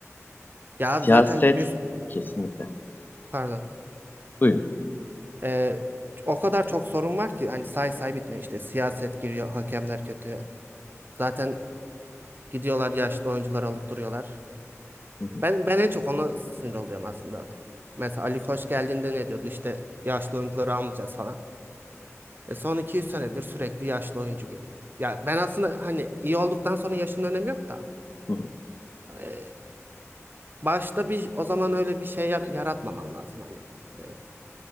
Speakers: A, on the right (about 40°); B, on the left (about 40°).
A: Ya
B: Siyaset
A: abi zaten biz
B: kesinlikle.
A: pardon
B: Buyurun.
A: Ee, o kadar çok sorun var ki hani say say bitmiyor işte siyaset giriyor hakemler kötü zaten gidiyorlar yaşlı oyuncular alıp duruyorlar
B: Hı hı,
A: ben ben en çok ona sinir oluyorum aslında mesela Ali Koç geldiğinde ne diyordu işte yaşlı oyuncuları almayacağız falan e son 200 senedir sürekli yaşlı oyuncu geliyor ya ben aslında hani iyi olduktan sonra yaşın önemi yok da
B: hı hı.
A: e, başta bir o zaman öyle bir şey yar- yaratmaman lazım hani E,